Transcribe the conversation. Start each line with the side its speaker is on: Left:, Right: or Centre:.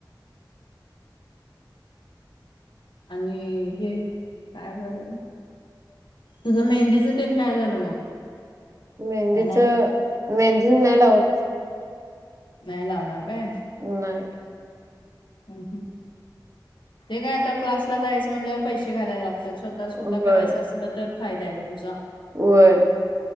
Left: आणि हे काय बर तुझं मेहंदीचं तेन काय झालं मग?
Right: मेहंदीच
Left: काय नाही.
Right: मेहंदी नाही लावत.
Left: नाही लावणार काय?
Right: नाही.
Left: हम हम ते काय आता क्लासला जायचं म्हणल्या पैसे घालायला लागत्यात स्व ता स्वतः
Right: होय,
Left: करायचं असल तर फायदा आहे ग तुझा.
Right: होय.